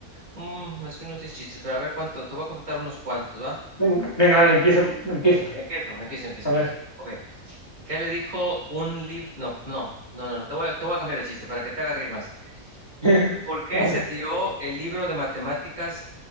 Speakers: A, on the right (about 60°); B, on the left (about 15°).
A: mm, me sé unos 10 chistes, pero a ver cuánto, te voy a contar unos cuantos, ¿va?
B: Venga, venga, dale, empieza, con- empieza.
A: Empiezo, empiezo, empiezo,
B: A ver.
A: empiezo. Ok, ¿qué le dijo un libro? No, no, no, no, no, te voy a, te voy a cambiar el chiste para que te haga reír más.
B: <laughs>
A: ¿Por qué
B: Vale,
A: se tiró el libro de matemáticas